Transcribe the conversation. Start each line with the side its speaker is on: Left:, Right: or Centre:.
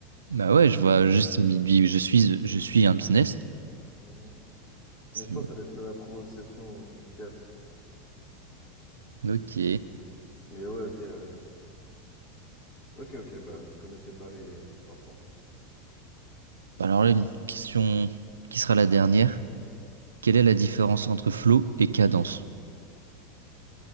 Right: Bah ouais, je vois juste,
Left: Mal-
Right: il me dit, je suis, je suis un business.
Left: mal.
Right: C'est-
Left: Mais je pense
Right: bon.
Left: que ça doit être de la prononciation que tu captes.
Right: Ok.
Left: Mais ouais, ok, euh, ok, ok, bah, je connaissais pas les triples entendre.
Right: Bah Alors là, une question qui sera la dernière. Quelle est la différence entre flow et cadence?